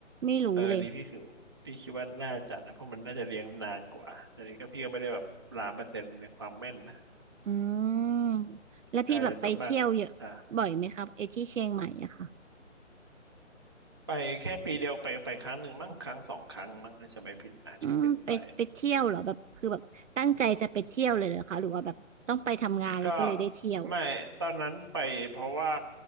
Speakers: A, on the right; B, on the right.
A: ไม่รู้เลย
B: เอออันนี้พี่คือพี่คิดว่าน่าจะนะเพราะมันน่าจะเลี้ยงนานกว่าแต่นี้ก็พี่ก็ไม่ได้แบบล้านเปอร์เซ็นต์ในความแม่นนะ
A: อืมแล้วพี่แบบไปเที่ยวเยอะบ่อยไหมครับไอ้ที่เชียงใหม่อะค่ะ
B: ใช่แต่ส่วนมากจะไปแค่ปีเดียวไปไปครั้งหนึ่งมั้งครั้งสองครั้งมั้งถ้าจะไม่ผิดนะที่ขึ้นไป
A: อืมไปไปเที่ยวเหรอแบบคือแบบตั้งใจจะไปเที่ยวเลยเหรอคะหรือว่าแบบต้องไปทำงานแล้วก็เลยได้เที่ยว
B: ก็ไม่ตอนนั้นไปเพราะว่า